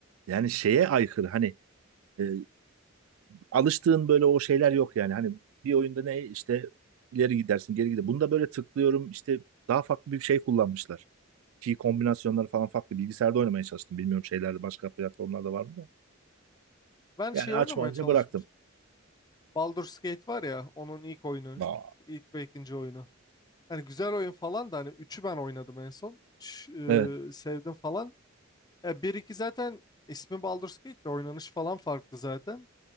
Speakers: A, on the right; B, on the left.
A: Yani şeye aykırı. Hani e, alıştığın böyle o şeyler yok yani. Hani bir oyunda ne işte ileri gidersin geri gider. Bunda böyle tıklıyorum işte daha farklı bir şey kullanmışlar. Ki kombinasyonları falan farklı. Bilgisayarda oynamaya çalıştım. Bilmiyorum şeylerde başka platformlarda var mı da.
B: Ben
A: Yani
B: şey
A: açmayınca
B: oynamaya çalışmıştım.
A: bıraktım.
B: Baldur's Gate var ya onun ilk oyunu,
A: Aa.
B: ilk ve ikinci oyunu. Hani güzel oyun falan da hani üçü ben oynadım en son. Üç, eee,
A: Evet.
B: sevdim falan. Ya 1-2 zaten ismi Baldur's Gate de oynanış falan farklı zaten.